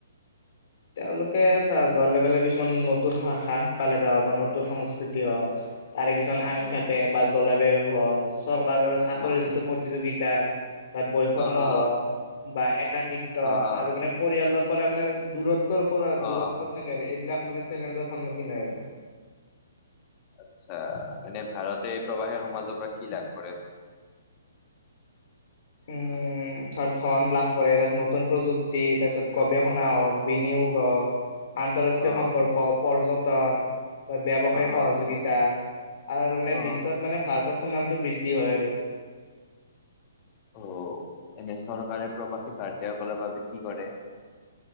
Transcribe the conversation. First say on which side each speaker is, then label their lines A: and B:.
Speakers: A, on the left (about 50°); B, on the left (about 30°).
A: তেওঁলোকে চা যোৱাৰ লগে লগে কিছুমান নতুন ভাষা শিকালে গাঁৱত বা নতুন সংস্কৃতি হওক তাৰে কিছুমান আইন
B: উম,
A: থাকে বা জলবায়ু হওক চৰকাৰৰ চাকৰিৰ
B: অ
A: যিটো প্ৰতিযোগিতা, তাত বৈষম্য
B: অ অ
A: হওক বা একাকৃত্ব
B: অ অ
A: আৰু মানে পৰিয়ালৰ পৰা মানে দূৰত্ ত্বৰ পৰা দূৰত্ব
B: অ
A: থাকে আৰু এইবিলাক মানে চেলেঞ্জৰ সন্মুখীন হয় আৰু।
B: আচ্ছা এনে ভাৰতে প্ৰবাহী সমাজৰ পৰা কি লাভ কৰে?
A: উম তাত ধন লাভ কৰে, তাত নতুন প্ৰযুক্তি, তাৰ পিছত গৱেষণা হওক, বিনিয়োগ হওক, আন্তঃৰাষ্ট্ৰীয়
B: অ
A: সম্পৰ্ক, পৰ্যটন, ত ব্যৱসায়িক
B: অ
A: সহযোগিতা,
B: অ
A: আৰু আৰু মানে
B: অ
A: বিশ্বত মানে ভাৰতৰ সুনামটো বৃদ্ধি হয় আৰু।
B: অ এনে চৰকাৰে প্ৰবাসী ভাৰতীয়সকলৰ বাবে কি কৰে?